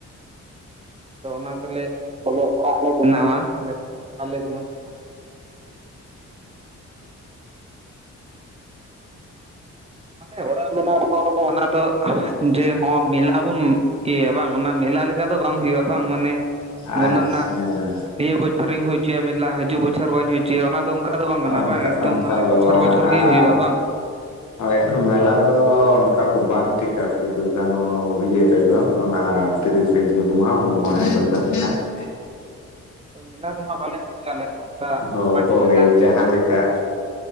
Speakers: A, on the right; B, on the left.
A: ᱟᱫᱚ ᱚᱱᱟ ᱛᱮᱞᱮᱜ ᱵᱚᱞᱮ ᱚᱲᱟᱜ ᱞᱮ ᱵᱮᱱᱟᱣᱟ ᱟᱞᱮ, ᱟᱞᱮ ᱜᱩᱱᱟᱹᱧ ᱠᱟᱱᱟ᱾ ᱦᱟᱱᱮ ᱚᱲᱟᱜ ᱢᱮᱱᱟᱜ ᱨᱮᱦᱚᱸ‌ᱢᱟᱱᱮ ᱚᱱᱟ ᱫᱚ ᱡᱮ ᱦᱚᱸ ᱢᱮᱞᱟ ᱵᱚᱱ ᱤᱭᱟᱹ ᱵᱟᱝ ᱚᱱᱟ ᱢᱮᱞᱟ ᱞᱮᱠᱟ ᱫᱚ ᱵᱟᱝ ᱦᱩᱭᱩᱜ-ᱟ᱾ ᱵᱟᱝ ᱢᱟᱱᱮ
B: ᱟᱪᱪᱷᱟ
A: ᱜᱩᱱᱟᱹᱱᱟᱢ ᱱᱤᱭᱟᱹ ᱵᱚᱪᱷᱚᱨᱤᱧ ᱦᱩᱭ ᱪᱩᱭᱟ ᱢᱮᱞᱟ᱾ ᱦᱟᱹᱡᱩᱜ ᱵᱚᱪᱷᱚᱨ ᱵᱟᱹᱧ ᱦᱩᱭ ᱪᱚᱭᱟ, ᱚᱱᱟ ᱫᱚ ᱚᱱᱠᱟ ᱫᱚ ᱵᱟᱝ ᱠᱟᱱᱟ
B: ᱚᱱᱠᱟ
A: ᱵᱟᱝ ᱮᱠᱫᱚᱢ
B: ᱚᱱᱠᱟ
A: ᱢᱟᱱᱮ
B: ᱫᱚ
A: ᱵᱚᱪᱷᱚᱨ
B: ᱵᱟᱝ
A: ᱵᱚᱪᱷᱚᱨ ᱜᱮ
B: ᱟᱨ
A: ᱦᱩᱭᱩᱜ-ᱟ᱾ ᱵᱟᱝ?
B: ᱦᱳᱭ ᱟᱨ ᱢᱮᱞᱟ ᱫᱚ ᱚᱱᱠᱟ ᱫᱚ ᱵᱟᱝ ᱴᱷᱤᱠᱟ ᱥᱤᱫᱩ ᱠᱟᱹᱱᱩ ᱤᱭᱟᱹ ᱨᱮᱫᱚ ᱚᱱᱟ ᱾ ᱛᱤᱨᱤᱥᱮ ᱡᱩᱱ ᱱᱚᱶᱟ ᱦᱩᱞ ᱢᱟᱦᱟᱸ ᱦᱤᱞᱳᱜ ᱫᱚ ᱟᱱ ᱠᱷᱟᱱ ᱾
A: ᱛᱚ ᱢᱮᱞᱟ ᱫᱚ ᱦᱟᱸᱜ ᱵᱟᱞᱮ ᱦᱩᱭ ᱪᱚᱭᱟ ᱟᱞᱮ ᱫᱚ, ᱚᱱᱠᱟ
B: ᱦᱳ
A: ᱯᱟᱸᱪᱴᱟ
B: ᱦᱳᱭ
A: ᱜᱟᱱ
B: ᱡᱟᱦᱟᱸ
A: ᱨᱮᱜᱮ
B: ᱞᱮᱠᱟ
A: ᱞᱮ ᱢᱩᱪᱟᱹᱫᱟ ᱾